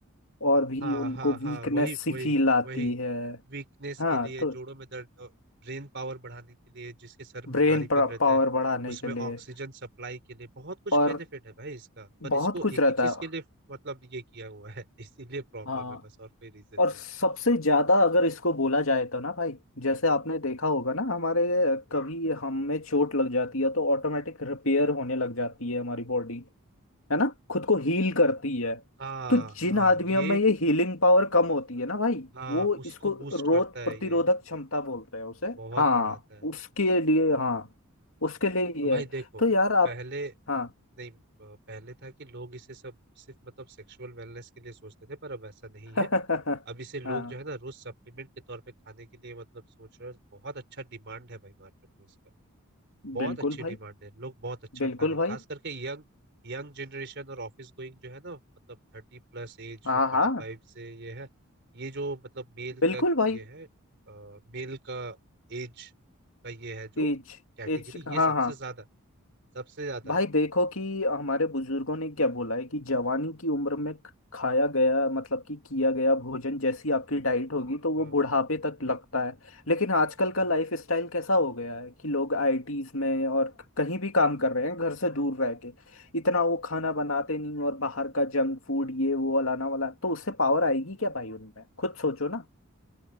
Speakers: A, on the left; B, on the right.
A: और भी
B: हाँ
A: उनको
B: हाँ
A: वीकनेस
B: हाँ वही
A: सी
B: वही
A: फील आती
B: वही
A: है
B: वीकनेस
A: हाँ
B: के लिए
A: तो
B: जोड़ों में दर्द ब्रेन पावर बढ़ाने के लिए जिसके सर में
A: ब्रेन
B: भारीपन
A: पावर
B: रहता है
A: बढ़ाने
B: उसमें
A: के लिए
B: ऑक्सीजन सप्लाई के लिए बहुत कुछ
A: और
B: बेनिफिट है भाई इसका पर
A: बहुत
B: इसको
A: कुछ
B: एक
A: रहता
B: ही चीज
A: है
B: के लिए मतलब ये किया हुआ है <laughs> इसीलिए प्रॉब्लम
A: हाँ
B: है बस और कोई रीजन
A: और
B: नहीं
A: सबसे
B: है
A: ज्यादा अगर इसको बोला जाए तो ना भाई जैसे आपने देखा होगा ना हमारे कभी हमें चोट लग जाती है तो ऑटोमेटिक रिपेयर होने लग जाती है हमारी बॉडी है ना खुद को हील करती है
B: हाँ
A: तो जिन
B: हाँ
A: आदमियों
B: ये
A: में ये हीलिंग पावर कम होती है ना भाई
B: हाँ
A: वो
B: उसको
A: इसको
B: बूस्ट
A: रोग
B: करता है
A: प्रतिरोधक
B: ये
A: क्षमता बोलते हैं उसे
B: बहुत
A: हाँ
B: बढ़ाता है
A: उसके लिए हाँ उसके लिए
B: तो
A: ये
B: भाई
A: है
B: देखो
A: तो यार आप
B: पहले
A: हाँ
B: नहीं अ, पहले था कि लोग इसे सब सिर्फ मतलब सेक्सुअल वेलनेस के लिए सोचते थे पर अब ऐसा नहीं
A: <laughs>
B: है अब इसे लोग
A: हाँ
B: जो है ना रोज सप्लीमेंट के तौर पे खाने के लिए मतलब सोच रहे हैं बहुत अच्छा डिमांड है भाई मार्केट में इसका बहुत
A: बिल्कुल
B: अच्छी
A: भाई
B: डिमांड है लोग बहुत अच्छा
A: बिल्कुल
B: खा रहे हैं
A: भाई
B: खास करके यंग यंग जनरेशन और ऑफिस गोइंग जो है ना मतलब थर्टी प्लस एज
A: हाँ
B: जो फोर्टी
A: हाँ
B: फाइव से ये है ये जो मतलब मेल
A: बिल्कुल
B: का
A: भाई
B: ये है मेल का एज का ये है जो
A: एज
B: कैटेगरी
A: एज हाँ
B: ये सबसे
A: हाँ
B: ज्यादा सबसे ज्यादा
A: भाई देखो कि हमारे बुजुर्गों ने क्या बोला है कि जवानी की उम्र में ख- खाया गया मतलब कि किया गया भोजन जैसी आपकी डाइट होगी तो वो
B: हाँ
A: बुढ़ापे तक लगता है लेकिन आजकल
B: हाँ
A: का लाइफ स्टाइल कैसा हो गया है कि लोग आईटीज में और कहीं भी काम कर रहे हैं घर से दूर रह के इतना वो खाना बनाते नहीं और बाहर का जंक फूड ये वो अलाना वाला तो उससे पावर आएगी क्या भाई उनमें खुद सोचो ना